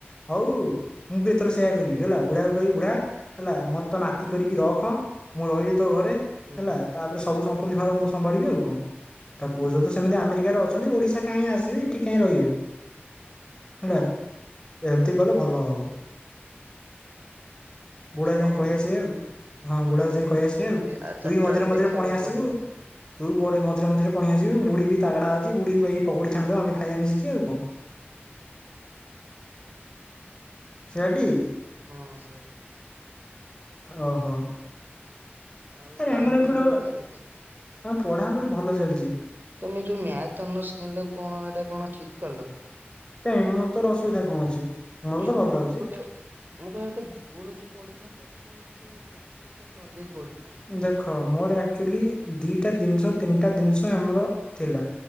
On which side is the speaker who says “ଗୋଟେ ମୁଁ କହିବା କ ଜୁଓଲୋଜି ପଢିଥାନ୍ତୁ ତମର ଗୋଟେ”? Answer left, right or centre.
Right